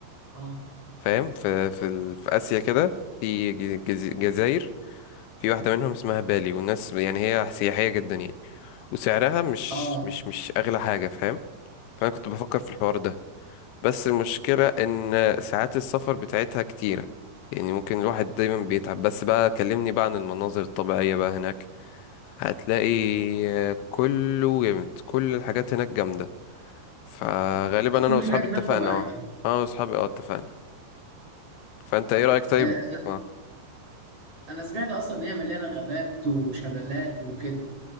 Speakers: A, on the right; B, on the left.
A: اه
B: فاهم في في ال- في اسيا كده في ج- جز- جزاير في واحدة منهم اسمها بالي والناس يعني هي سياحية جدا يعني وسعرها مش
A: اه
B: مش مش اغلى حاجة فاهم فانا كنت بفكر في الحوار ده بس المشكلة إن ساعات السفر بتاعتها كتيرة يعني ممكن الواحد دايما بيتعب بس بقى كلمني بقى عن المناظر الطبيعية بقى هناك هتلاقي كله جامد كل الحاجات هناك جامدة فغالبا
A: آه، كل
B: أنا وأصحابي
A: الحاجات
B: اتفقنا
A: هناك طبيعية
B: اه أنا وأصحابي اه اتفقنا فأنت إيه رأيك طيب؟
A: آه،
B: اه
A: انا سمعت اصلا ان هي مليانه غابات وشلالات وكده